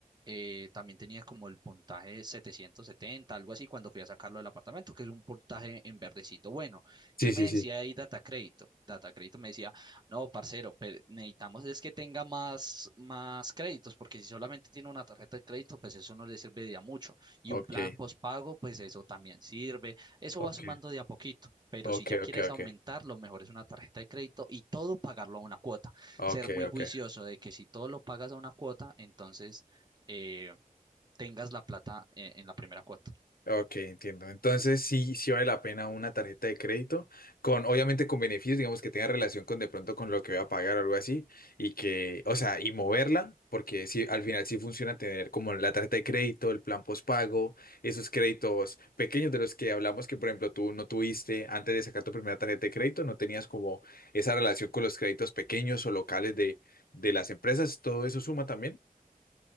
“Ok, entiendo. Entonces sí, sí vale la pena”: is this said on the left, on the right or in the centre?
Left